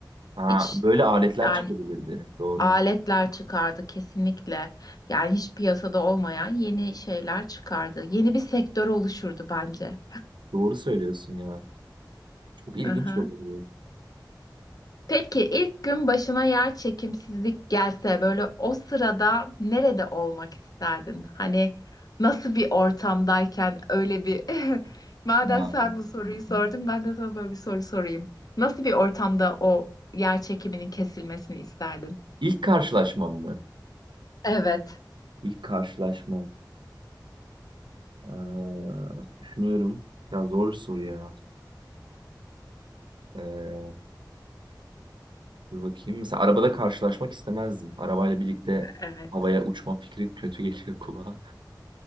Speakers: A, on the right; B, on the left.
A: ha
B: Hiç
A: böyle aletler
B: yani
A: çıkabilirdi. Doğru.
B: aletler çıkardı kesinlikle. Yani hiç piyasada olmayan yeni şeyler çıkardı. Yeni bir sektör oluşurdu bence.
A: Doğru söylüyorsun ya. Çok ilginç
B: Hı hı.
A: olurdu.
B: Peki ilk gün başına yer çekimsizlik gelse böyle o sırada nerede olmak isterdin? Hani nasıl bir ortamdayken öyle bir <laughs> madem
A: Ha.
B: sen bu soruyu sordun ben de sana böyle bir soru sorayım. Nasıl bir ortamda o yer çekiminin kesilmesini isterdin?
A: İlk karşılaşmam mı?
B: Evet,
A: İlk karşılaşmam. Ee, düşünüyorum. Ya zor bir soru ya. Ee, dur bakayım. Mesela arabada karşılaşmak istemezdim. Arabayla birlikte
B: evet,
A: havaya uçma fikri kötü <laughs> geliyor kulağa.